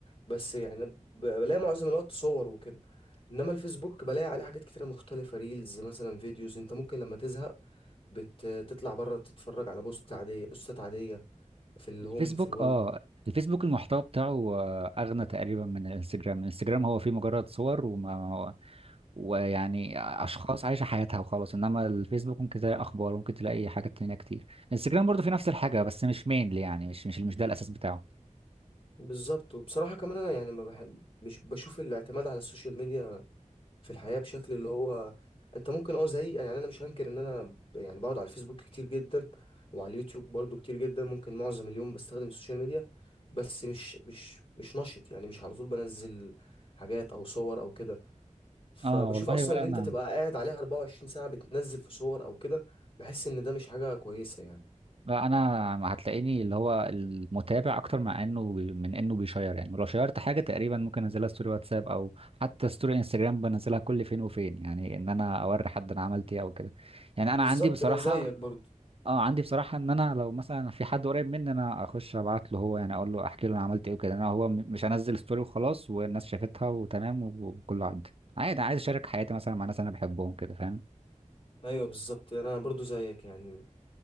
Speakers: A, on the left; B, on the right.
A: بس يعني ب- بلاقي معظم الوقت صور وكده انما الفيسبوك بلاقي عليه حاجات كتيرة مختلفة ريلز مثلا فيديوز انت ممكن لما تزهق بتطلع بره تتفرج على بوست عادية بوستات عادية في الهوم
B: الفيسبوك
A: في الول
B: اه الفيسبوك المحتوى بتاعه آه، اغنى تقريبا من الانستجرام الانستجرام هو فيه مجرد صور وما ويعني اشخاص عايشه حياتها وخلاص انما الفيسبوك ممكن تلاقي اخبار ممكن تلاقي حاجات تانية كتير انستجرام برضو في نفس الحاجه بس مش مينلي يعني مش مش مش ده الاساس بتاعه
A: بالظبط وبصراحة كمان انا يعني ما بحب مش بشوف الاعتماد على السوشيال ميديا في الحياة بشكل اللي هو انت ممكن اه زي يعني انا مش هنكر ان انا ب- يعني بقعد على الفيسبوك كتير جدا وعلى اليوتيوب برضو كتير جدا ممكن معظم اليوم بستخدم السوشيال ميديا بس مش مش مش نشط يعني مش على طول بنزل حاجات او صور او كده فبشوف
B: اه والله
A: اصلا
B: ولا
A: ان انت
B: انا
A: تبقى قاعد عليها 24 ساعة بتنزل في صور او كده بحس ان ده مش حاجة كويسة يعني
B: لا، انا هتلاقيني اللي هو المتابع اكتر مع انه بي- من انه بيشير يعني لو شيرت حاجه تقريبا ممكن انزلها ستوري واتساب او حتى ستوري انستجرام بنزلها كل فين وفين يعني ان انا اوري حد انا عملت ايه او كده يعني انا
A: بالظبط
B: عندي بصراحه
A: انا زيك برضو
B: اه عندي بصراحة ان انا لو مثلا في حد قريب مني انا اخش ابعت له هو يعني اقول له احكي له انا عملت ايه وكده انا هو م- مش هنزل ستوري وخلاص والناس شافتها وتمام وكله عدى عادي عايز اشارك حياتي مثلا مع ناس انا بحبهم كده فاهم
A: ايوه بالظبط انا برضو زيك يعني